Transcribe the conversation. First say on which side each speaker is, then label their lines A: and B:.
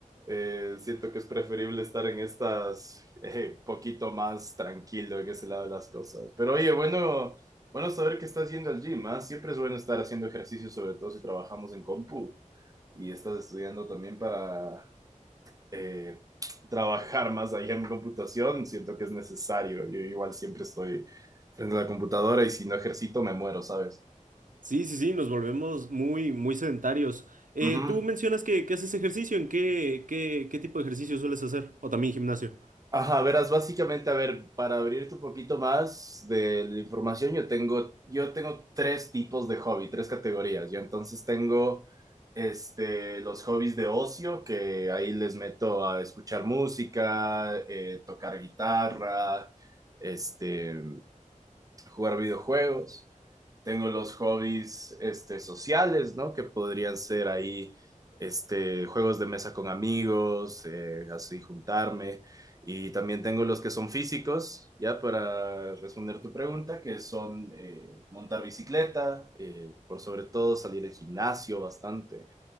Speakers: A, on the right (about 25°); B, on the right (about 75°).
A: Eh, siento que es preferible estar en estas, eh, poquito más tranquilo en ese lado de las cosas. Pero oye, bueno, bueno saber que estás yendo al gym, ¿ah? Siempre es bueno estar haciendo ejercicio, sobre todo si trabajamos en compu y estás estudiando también para eh, trabajar más allá en computación. Siento que es necesario. Yo igual siempre estoy frente a la computadora y si no ejercito me muero, ¿sabes?
B: Sí, sí, sí, nos volvemos muy, muy sedentarios. Eh,
A: Ujú.
B: tú mencionas que, que haces ejercicio, ¿en qué, qué, qué tipo de ejercicio sueles hacer? O también gimnasio.
A: Ajá, verás, básicamente, a ver, para abrirte un poquito más de la información, yo tengo, yo tengo tres tipos de hobby, tres categorías. Yo entonces tengo este, los hobbies de ocio, que ahí les meto a escuchar música, eh, tocar guitarra, este, jugar videojuegos, tengo los hobbies este, sociales, ¿no? Que podrían ser ahí este, juegos de mesa con amigos, eh, así juntarme. Y también tengo los que son físicos, ya para responder tu pregunta, que son eh, montar bicicleta, eh, por sobre todo salir al gimnasio bastante.